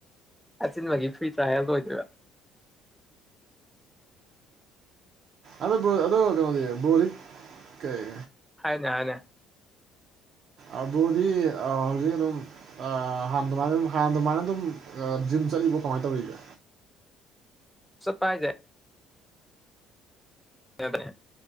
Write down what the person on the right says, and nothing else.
ꯑꯗꯣ ꯕ꯭ꯔꯣ ꯑꯗꯣ ꯀꯩꯅꯣꯗꯤ ꯕ꯭ꯔꯣꯗꯤ ꯀꯩ
ꯑ ꯕ꯭ꯔꯣꯗꯤ ꯍꯧꯖꯤꯛ ꯑꯗꯨꯝ ꯑ ꯍꯥꯟꯅ ꯑꯗꯨꯃꯥꯏꯅ ꯑꯗꯨꯝ ꯍꯥꯟꯅ ꯑꯗꯨꯃꯥꯏꯅ ꯑꯗꯨꯝ ꯖꯤꯝ ꯆꯠꯂꯤꯕꯣ ꯀꯃꯥꯏ ꯇꯧꯔꯤꯒꯦ